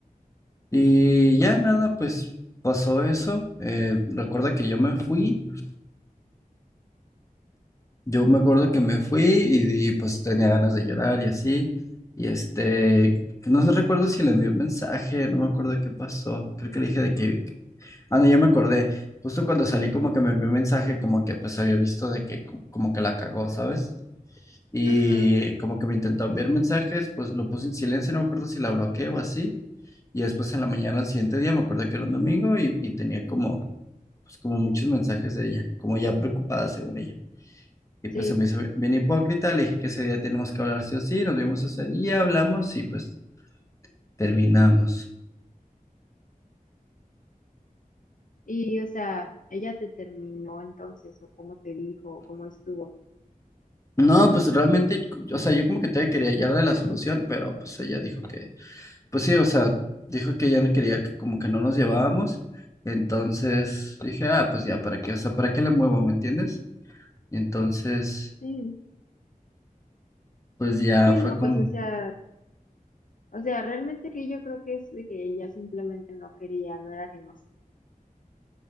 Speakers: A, on the left; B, on the left.
A: y ya nada, pues pasó eso. Eh, recuerda que yo me fui, yo me acuerdo que me fui y, y, pues tenía ganas de llorar y así. Y este, no recuerdo si le envió un mensaje, no me acuerdo qué pasó. Creo que le dije de que, ah, no, ya me acordé. Justo cuando salí como que me envió un mensaje como que pues había visto de que co- como que la cagó, ¿sabes? Y
B: Ajá,
A: como que me intentó enviar mensajes, pues lo puse en silencio, no me acuerdo si la bloqueé o así. Y después en la mañana, al siguiente día, me acuerdo que era un domingo y, y tenía como, pues como muchos mensajes de ella, como ya preocupada según ella. Y pues
B: sí.
A: se me hizo bien hipócrita, le dije que ese día tenemos que hablar sí o sí, nos vimos ese día, hablamos y pues terminamos.
B: Y, o sea, ella te terminó entonces, o cómo te dijo, o cómo estuvo.
A: No, pues realmente, o sea, yo como que todavía quería hallarle la solución, pero pues ella dijo que, Pues sí, o sea, dijo que ya no quería, que como que no nos llevábamos. Entonces dije, ah, pues ya, ¿para qué? O sea, ¿para qué le muevo? ¿Me entiendes? Y entonces,
B: Sí,
A: pues ya
B: sí,
A: fue
B: no,
A: como...
B: pues, o sea. O sea, realmente que yo creo que es de que ella simplemente no quería, no era que no se